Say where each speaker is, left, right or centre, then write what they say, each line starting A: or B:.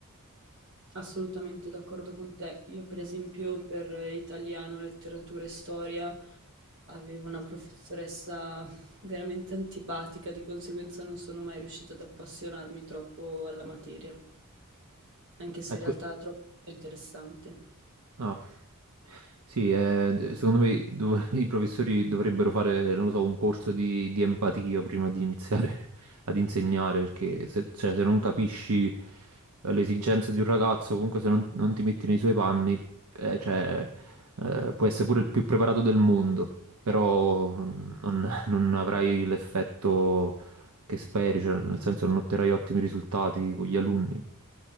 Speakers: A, on the right; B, on the right.
A: Assolutamente d'accordo con te. Io, per esempio, per italiano, letteratura e storia avevo una professoressa veramente antipatica, di conseguenza non sono mai riuscita ad appassionarmi troppo alla materia, anche se
B: Ecco,
A: in realtà era troppo interessante.
B: Ah, sì, eh, d- secondo me dov- <laughs> i professori dovrebbero fare, non lo so, un corso di, di empatia prima di iniziare <laughs> ad insegnare, perché se, cioè, se non capisci le esigenze di un ragazzo, comunque se non, non ti metti nei suoi panni, eh, cioè, eh, puoi essere pure il più preparato del mondo, però mm, non, <laughs> non avrai l'effetto che speri, cioè, nel senso non otterrai ottimi risultati con gli alunni,